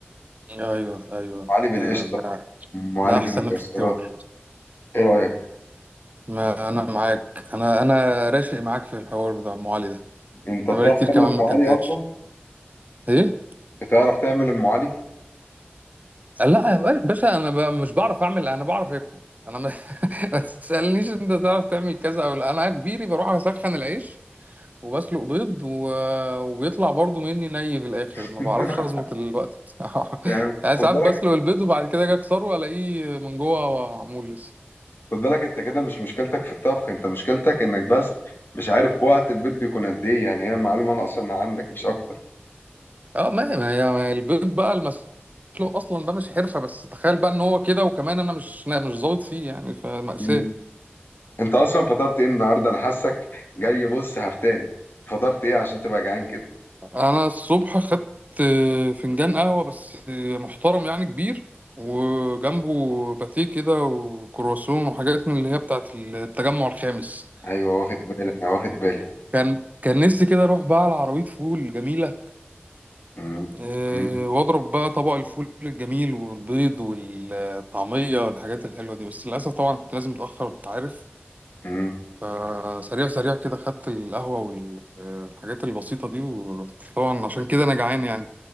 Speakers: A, on the right; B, on the left.
A: ايوه ايوه
B: ام علي بالقشطه
A: ده ده
B: ام علي
A: ده
B: بالمكسرات
A: احسن اختيار
B: ايه رايك
A: ما انا معاك انا انا راشق معاك في الحوار بتاع ام علي ده
B: انت بتعرف
A: انا بقالي كتير كمان
B: تعمل ام
A: ما
B: علي
A: اكلتهاش
B: اصلا
A: ايه
B: بتعرف تعمل ام علي
A: لا يا باشا انا بقى مش بعرف اعمل انا بعرف اكل انا ما <laughs> ما تسالنيش انت تعرف تعمل كذا او لا انا كبيري بروح اسخن العيش وبسلق بيض و... وبيطلع برضو مني ني في الاخر
B: <laughs>
A: ما بعرفش اظبط الوقت بتاعه
B: يعني
A: <laughs> يعني
B: خد
A: ساعات
B: بالك
A: بسلق البيض وبعد كده اجي اكسره الاقيه من جوه معمول لسه
B: خد بالك انت كده مش مشكلتك في الطبخ انت مشكلتك انك بس مش عارف وقت البيت بيكون قد ايه يعني هي معلومة ناقصة ان عندك مش اكتر
A: اه ما هي ما هي ما هي البيض بقى المسلوق اصلا ده مش حرفه بس تخيل بقى ان هو كده وكمان انا مش أنا مش ظابط فيه يعني فمأساة
B: مم. انت اصلا فطرت ايه النهاردة انا حاسك جاي بص هفتان فطرت ايه عشان تبقى جعان كده
A: انا الصبح خدت آه، فنجان قهوه بس آه، محترم يعني كبير وجنبه باتيه كده وكرواسون وحاجات من اللي هي بتاعت التجمع الخامس
B: ايوه واخد بالي انا واخد بالي
A: كان كان نفسي كده اروح بقى على عربيه فول جميله
B: مم.
A: آه،
B: مم.
A: واضرب بقى طبق الفول الجميل والبيض والطعميه والحاجات الحلوه دي بس للاسف طبعا كنت لازم متاخر انت عارف
B: مم.
A: فسريع سريع كده خدت القهوة والحاجات البسيطة دي ورحت طبعا عشان كده أنا جعان يعني